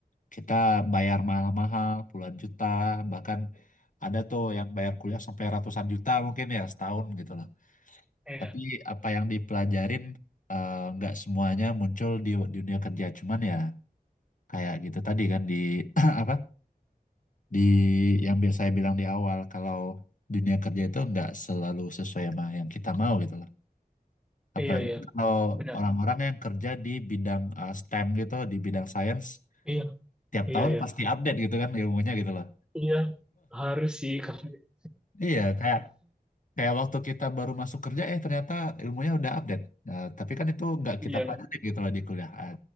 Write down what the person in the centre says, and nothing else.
Iya
iya iya.
Benar.
Iya
iya
iya.
Iya harus sih. <laughs>
Iya